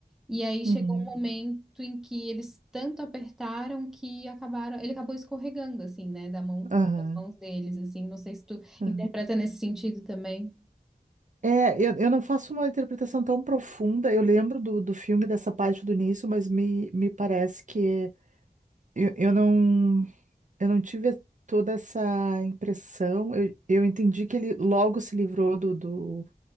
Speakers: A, in the centre; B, on the right (about 50°).
A: E aí
B: uhum,
A: chegou um momento em que eles tanto apertaram que acabaram, ele acabou escorregando assim, né, da mão,
B: aham,
A: das mãos deles, assim. Não sei se tu
B: aham.
A: interpreta nesse sentido também.
B: É, eu, eu não faço uma interpretação tão profunda. Eu lembro do, do filme dessa parte do início, mas me, me parece que eu, eu não. eu não tive toda essa impressão. Eu, eu entendi que ele logo se livrou do, do-